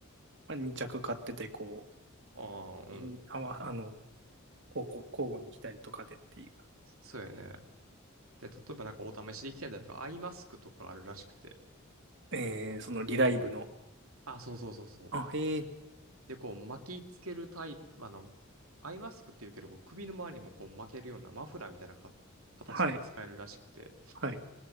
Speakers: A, on the right; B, on the right.
A: まあ、2着買ってて、こ
B: ああ、うん。
A: う、いあわ、あの、交互、交互に来たりとかでってい
B: そうやね。で、例えばなんかお試しできてんだよなんかアイマスクとかあるらしくて。
A: う、えー、そのリライブの、
B: あの、あ、そうそうそうそう。
A: あ、ええ
B: で、こう巻きつけるタイプ、あの、アイマスクっていうけど、こう首の周りにもこう巻けるようなマフラーみたいなか形でも使えるらしくて。
A: はい、はい。